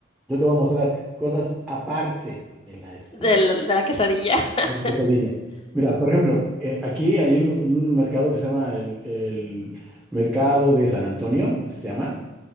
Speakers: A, in the centre; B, on the left.
A: yo te voy a mostrar cosas aparte de la, este,
B: del- de la quesadilla. <laughs>
A: La pesadilla. Mira, por ejemplo, eh, aquí hay un, un mercado que se llama el, el Mercado de San Antonio, así se llama,